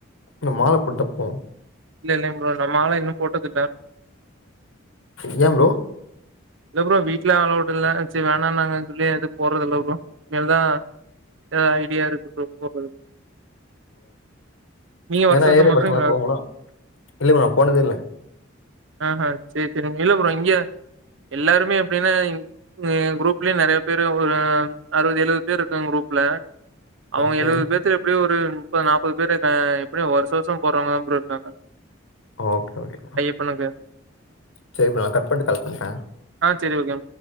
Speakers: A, on the left; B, on the right.
A: நா மால போட்த்தா போவோ
B: இல்ல இல்லேங் ப்ரோ நா மால இன்னு போட்டது இல்ல
A: இன்னாங் ப்ரோ
B: இல்ல ப்ரோ வீட்ல அல்லோவ்டு இல்ல சேர் வேணாண் நாங்க சொல்லி அது போட்றது இல்ல ப்ரோ இனிமேல் தா எதா ஐடியா இருக்கு ப்ரோ போட்றதுக் நீங்க வருஷம்
A: இல்ல
B: வருஷம் போட்டுருவீங்களா?
A: ப்ரோ நா போனதே இல்ல
B: ஆ ஆ சேர் சேரி இல்ல ப்ரோ இங்க எல்லாருமே எப்டின்னா இங் என் குரூப்லே நெறய பேரு ஒரு அறுவது எழுவ பேரு இருக்காங்க குரூப்ல அவங்க
A: ஓகே
B: எழுவது பேத்துல எப்டியு ஒரு முப்பது நாப்பது பேரு ஆ எப்டியு வருஷோ வருஷோ போறவங்க தா ப்ரோ இருக்காங்க
A: ஓகே ஓகே தா
B: போலா ப்ரோ
A: செரி ப்ரோ நா கட் பண்ட்டு கால் பண்ற
B: ஆ செரி ஓகே